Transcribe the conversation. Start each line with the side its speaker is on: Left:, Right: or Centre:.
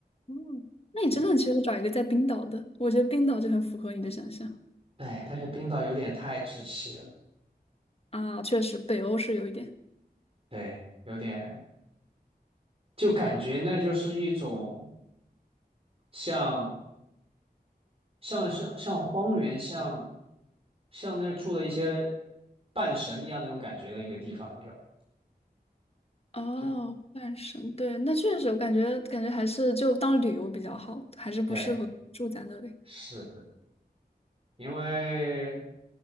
Left: 嗯，那你真的很适合找一个在冰岛的，
Right: 对
Left: 我觉得冰岛就很符合你的想象
Right: 对，但是冰岛有点太窒息了，
Left: 啊，确实北欧是有一点。
Right: 对，有点就感觉那就是一种像像是像荒原，像像那住了一些半神一样那种感觉的一个地方，你知道？
Left: 哦，
Right: 就
Left: 半神，对，那确实，我感觉感觉还是就当旅游比较好，还是不适合住在那里
Right: 对，是的，因为。